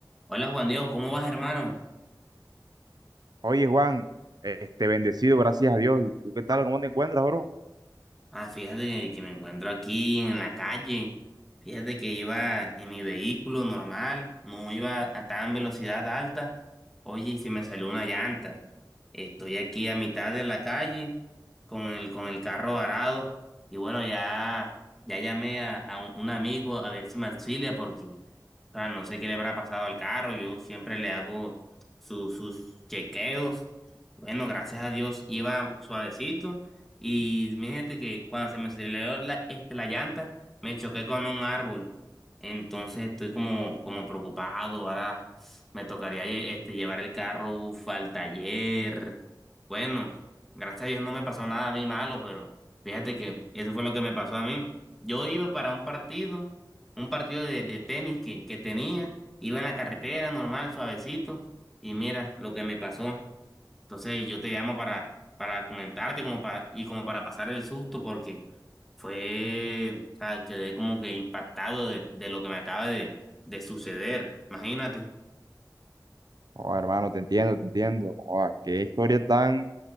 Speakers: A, in the centre; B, on the right.
A: Hola Juan Diego, ¿cómo vas, hermano?
B: Oye, Juan, este bendecido, gracias a Dios. ¿Y tú qué tal? ¿Cómo te encuentras, bro?
A: Ah, fíjate que me encuentro aquí en la calle. Fíjate que iba en mi vehículo normal, no iba a tan velocidad alta. Oye, y se me salió una llanta. Estoy aquí a mitad de la calle con el, con el carro varado. Y bueno, ya, ya llamé a, a un, un amigo a ver si me auxilia porque, o sea, no sé qué le habrá pasado al carro. Yo siempre le hago su- sus chequeos. Bueno, gracias a Dios iba suavecito y fíjate que cuando se me aceleró la, este, la llanta, me choqué con un árbol. Entonces estoy como, como preocupado. Ahora me tocaría lle- este, llevar el carro uf, al taller. Bueno, gracias a Dios no me pasó nada a mí malo, pero fíjate que eso fue lo que me pasó a mí. Yo iba para un partido, un partido de, de tenis que, que tenía. Iba en la carretera normal, suavecito. Y mira lo que me pasó. Entonces yo te llamo para, para comentarte como pa- y como para pasar el susto porque fue, o sea, quedé como que impactado de, de lo que me acaba de, de suceder. Imagínate.
B: Oh, hermano, te entiendo, te entiendo. Oh, qué historia tan